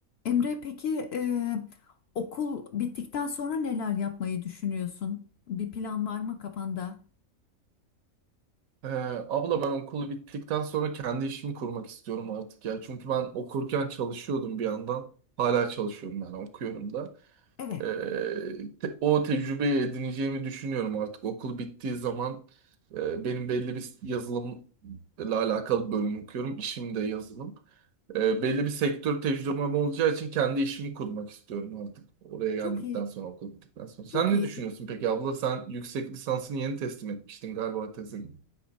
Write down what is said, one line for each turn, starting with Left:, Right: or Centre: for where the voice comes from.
Left: Emre peki e, okul bittikten sonra neler yapmayı düşünüyorsun? Bir plan var mı kafanda?
Right: Ee, abla ben okulu bittikten sonra kendi işimi kurmak istiyorum artık ya. Çünkü ben okurken çalışıyordum bir yandan. Hala çalışıyorum yani okuyorum da.
Left: Evet,
Right: Ee, te- o tecrübeyi edineceğimi düşünüyorum artık. Okul bittiği zaman e, benim belli bir yazılımla alakalı bölüm okuyorum. İşim de yazılım. Ee, belli bir sektör tecrübem olacağı için kendi işimi kurmak istiyorum artık. Oraya geldikten
Left: çok iyi,
Right: sonra okul bittikten sonra.
Left: çok
Right: Sen ne
Left: iyi.
Right: düşünüyorsun peki abla? Sen yüksek lisansını yeni teslim etmiştin galiba tezin.